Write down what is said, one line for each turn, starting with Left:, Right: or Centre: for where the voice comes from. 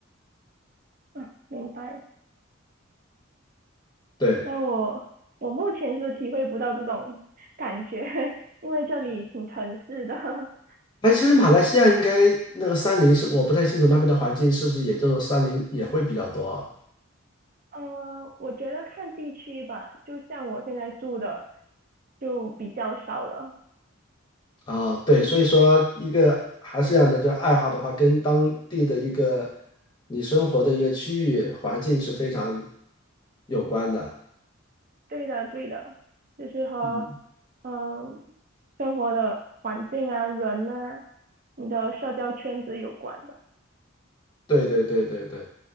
Right: 啊，明白。
Left: 对。
Right: 那我我目前是体会不到这种 <laughs> 感觉，<laughs> 因为这里挺城市的。<laughs>
Left: 哎，其实马来西亚应该那个山林是，我不太清楚那边的环境是不是也就山林也会比较多啊？
Right: 呃，我觉得看地区吧，就像我现在住的就比较少了。
Left: 哦对，所以说一个还是这样的，就爱好的话，跟当地的一个你生活的一个区域环境是非常有关的。
Right: 对的，对的，就是和
Left: 嗯，
Right: 嗯、生活的环境啊、人啊、你的社交圈子有关吧。
Left: 对对对对对。